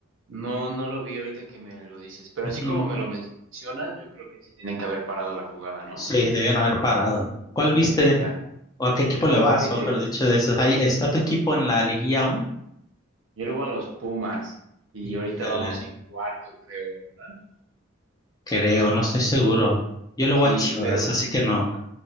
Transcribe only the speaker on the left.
Ujú.
Sí, debían haber parado. ¿Cuál viste?
¿O a qué equipo le vas?
Mejor dicho, de esos. Ahí, ¿Está tu equipo en la liguilla aún?
Híjole,
creo, no estoy seguro. Yo le
voy a Chivas,
así que no.